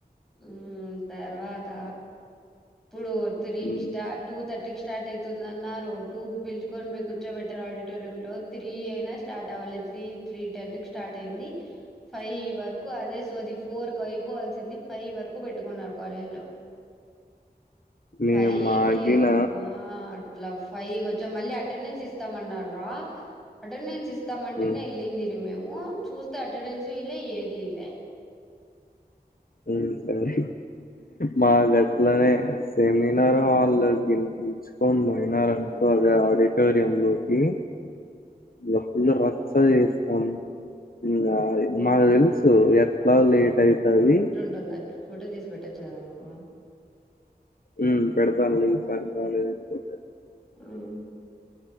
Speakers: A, in the centre; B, on the left.
A: ఉ తర్వాత ఇప్పుడు త్రీ
B: హ్మ్.
A: కి స్టాట్ టూ థర్టీ స్టార్ట్ అయాతుంది అన్నారు టూ కి పిలుచుకొని పోయి కూర్చో బెట్టారు ఆడిటోరియం లో త్రీ అయినా స్టార్ట్ అవ్వలేదు త్రీ త్రీ టెన్ కి స్టార్ట్ అయింది ఫైవ్ వరకు అదే సోది ఫోర్ కి అయిపోవల్సింది ఫైవ్ వరకు పెట్టుకున్నారు కాలేజీ లో
B: మేము
A: ఫై
B: మాకిన
A: కి అమ్మా అట్లా ఫైవ్ కి వచ్చాం మళ్ళీ అటెండెన్స్ ఇస్తామన్నారు రా అటెండెన్స్ ఇస్తామంటేనే
B: హ్మ్.
A: వెళ్లిందిలే మేము ఉన్ చూస్తే అటెండెన్స్ ఈలే ఏది ఇలే
B: ఉ సరే మాది అట్లానే సెమినార్ హాల్ లో కెల్ పిలుచుకొని పోయినారు అనుకో అదే ఆడిటోరియమ్ లోకి
A: <inaudible>
B: బా ఫుల్ రచ్చ చేస్తాం ఇంగ అది మాకు తెలుసు సో ఎట్లా లేట్ అయతది
A: దానికి పోటో తీసి పెట్టచ్చు కదా నాకు
B: ఉ పెడతాను లే ఈసారి కాలేజ్ కీ పోతే
A: ఉమ్.